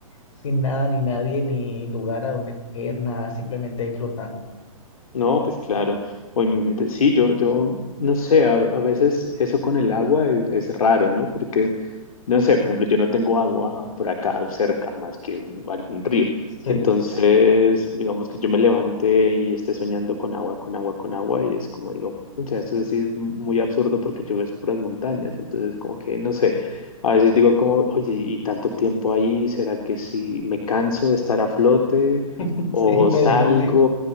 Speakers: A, on the left; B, on the left.
A: sin nada, ni nadie, ni lugar a donde coger, nada, simplemente ahí flotando?
B: No, pues claro, o en sí, yo, yo, no sé, a, a veces eso con el agua es, es raro, ¿no? Porque No sé, por ejemplo, yo no tengo agua por acá cerca más que un- algún río.
A: Sí,
B: Entonces, digamos que yo me levante y esté soñando con agua, con agua, con agua, y es como digo, o sea, esto sí es muy absurdo porque yo ves puras montañas. Entonces, como que, no sé, a veces digo como, oye, y tanto tiempo ahí, ¿será que si me canso de estar a flote?
A: <laughs> sí,
B: O
A: me
B: salgo,
A: dejó hundir.